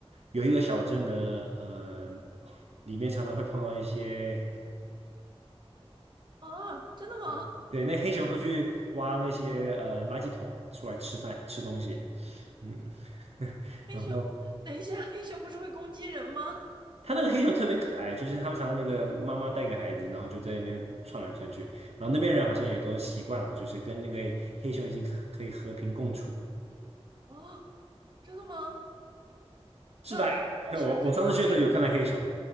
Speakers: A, on the right; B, on the right.
A: 有一个小镇呢，呃，里面常常会碰到一些，
B: 啊，真的吗？
A: <laughs> 对，那黑熊会去挖那些呃垃圾桶出来吃饭吃东西，嗯，<laughs>
B: 黑熊，
A: 然后
B: 等一下，黑熊不是会攻击人吗？
A: 它那个黑熊特别可爱，就是他们常常那个妈妈带个孩子，然后就在那边窜来窜去，然后那边人好像也都习惯了，就是跟那个黑熊已经可可以和平共处。
B: 哦，真的吗？
A: 是吧？
B: 那我要是看到黑，
A: <laughs> 我我上次去的时候有看到黑熊，